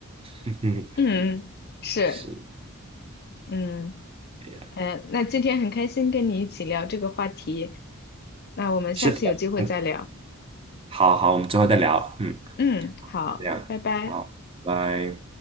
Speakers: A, on the right; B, on the left.
A: <laughs>
B: 嗯，是，
A: 是
B: 嗯，
A: 这呀，
B: 呃，那今天很开心跟你一起聊这个话题，那我们下次有机会再聊。
A: 是的，嗯，好好，我们之后再聊，嗯，
B: 嗯，好，
A: 这样，
B: 拜拜。
A: 好，拜。